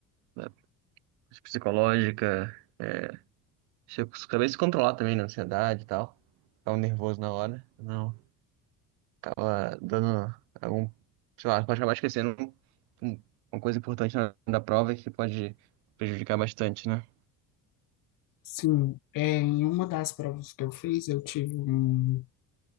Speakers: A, on the right; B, on the left.
A: da psicológica. É, se eu acabei se controlar também na ansiedade e tal. Ficava nervoso na hora. Não, acaba dando algum. Sei lá, pode acabar esquecendo um- um- uma coisa importante na, da prova que pode prejudicar bastante, né?
B: Sim, é, em uma das provas que eu fiz, eu tive um,